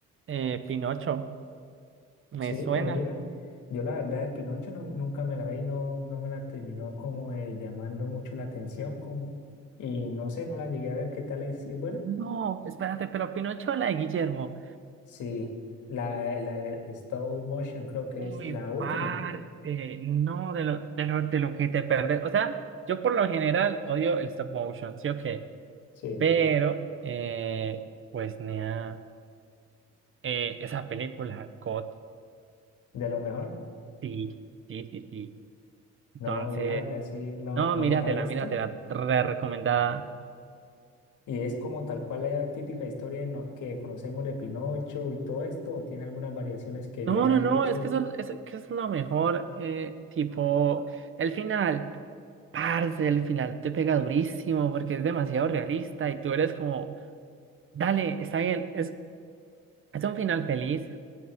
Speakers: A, on the right; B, on the left.
A: eh, Pinocho. Me
B: Sí,
A: suena.
B: pues mira, yo la verdad de Pinocho no- nunca me la vi, no, no me la terminó como eh, llamando mucho la atención como, y no sé, no la llegué a ver qué tal es, si es buena.
A: No, espérate, pero Pinocho, o la de Guillermo.
B: Sí, la, la de stop motion creo que
A: Uy,
B: es la última,
A: parte. No, de lo, de lo, de lo que te perdes. O sea, yo por lo general odio el stop motion, ¿sí o qué?
B: sí,
A: Pero, eh, pues, nea, eh, esa película, God,
B: de lo mejor.
A: sí, sí, sí, sí. Entonces,
B: No, yo la verdad sí, no,
A: no,
B: no
A: míratela,
B: me la he visto.
A: míratela, re recomendada.
B: ¿Y es como tal cual la típica historia de no- que conocemos de Pinocho y todo esto? ¿O tiene algunas variaciones que
A: No,
B: le ha
A: no, no,
B: hecho?
A: es que eso, es, que es lo mejor, eh, tipo, el final. Parce, el final te pega durísimo porque es demasiado realista y tú eres como, dale, está bien, es, es un final feliz,